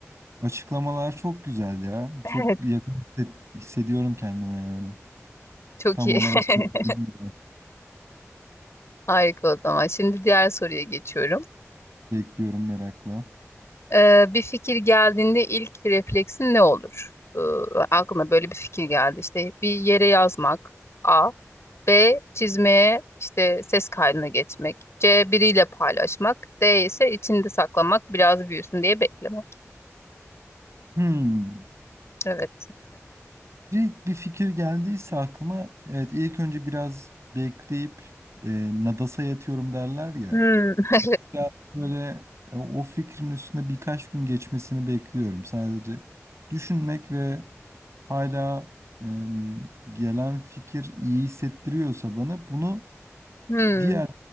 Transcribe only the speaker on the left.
<laughs>
Evet,
çok
iyi.
<laughs>
Harika o zaman. Şimdi diğer soruya geçiyorum.
Ee, bir fikir geldiğinde ilk refleksin ne olur? Ee, aklına böyle bir fikir geldi. İşte bir yere yazmak. A. B. Çizmeye işte ses kaydına geçmek. C. Biriyle paylaşmak. D ise içinde saklamak, biraz büyüsün diye beklemek.
Evet.
<laughs> Hmm,
hmm.